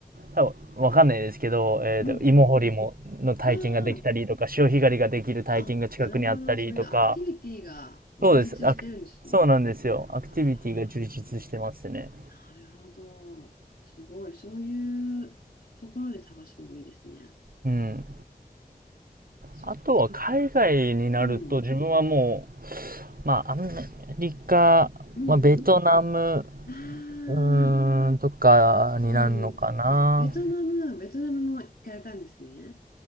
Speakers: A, on the right; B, on the left.
A: 多分、わかんないですけど、えーと、
B: うんうん。
A: 芋掘りも、の体験ができたりとか、
B: あ
A: 潮干狩りができる体験が近くにあったりとか、
B: あ、なるほど。そういうアクティビティが充実してるんですね。
A: そうです。アク、そうなんですよ。
B: あ
A: アクティビティが充実してますね。
B: あ、なるほど。すごい。そういうところで探すのもいいですね。
A: うん。
B: そっか。
A: あとは海外になると自分はもう、
B: うん。
A: まあ、アメリカ、
B: うんうん。
A: まあ、ベトナム、
B: ああ、
A: うーん、とかになるのかな。
B: うん。ベトナム、ベトナムも行かれたんですね。